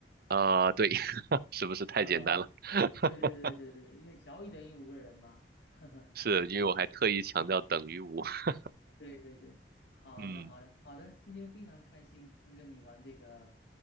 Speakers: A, on the right; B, on the left.
A: 啊、对，<laughs> 是不是太简单了？
B: 啊，啊啊对对对对对，
A: <laughs>
B: 因为小于等于五个人嘛，<laughs> 呵呵，
A: 是因为我还特意强调等于五。<laughs>
B: 对对对对，好的好的好的，
A: 嗯
B: 今天非常开心跟你玩这个，